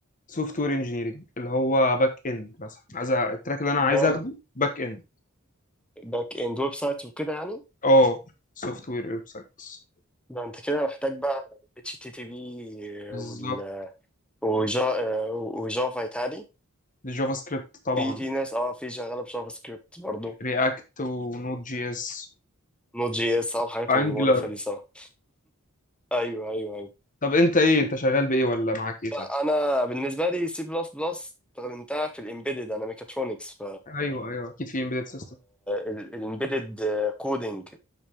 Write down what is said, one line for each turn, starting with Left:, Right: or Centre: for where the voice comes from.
Left: سوفت وير انجينيرنج اللي هو باك اند مثلا عايز أ- التراك اللي انا عايز
Centre: باك
Left: اخده باك اند
Centre: باك اند ويب سايت وكده يعني
Left: اه سوفت وير ويب سايتس
Centre: ده انت كده محتاج بقى اتش تي تي بي
Left: بالظبط
Centre: وال وجا- وجافا يتهيألي
Left: جافا سكريبت طبعا
Centre: في في ناس اه في شغاله بجافا سكريبت برضه
Left: رياكت ونود جي اس
Centre: نوت جي اس اه الحاجات
Left: وانجلر
Centre: المقرفه دي صراحه ايوه ايوه ايوه
Left: طب انت ايه انت شغال بايه ولا معاك ايه طيب
Centre: لا انا بالنسبه لي سي بلس بلس استخدمتها في الامبيدد انا ميكاترونكس
Left: ايوه ايوه اكيد في امبيدد سيستم
Centre: الامبيدد كودنج